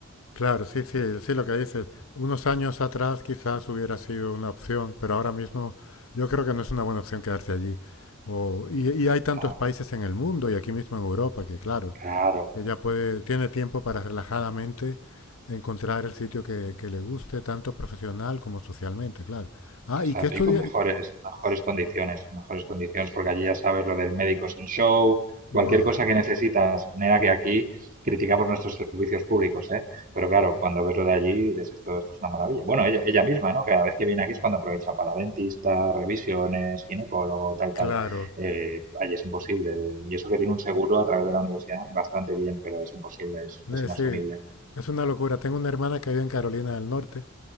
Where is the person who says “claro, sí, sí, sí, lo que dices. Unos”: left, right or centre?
Left